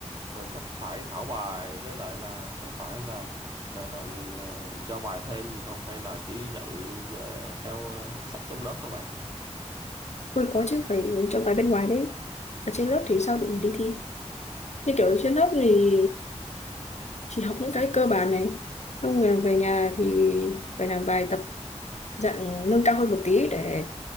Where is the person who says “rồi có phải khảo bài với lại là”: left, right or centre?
Right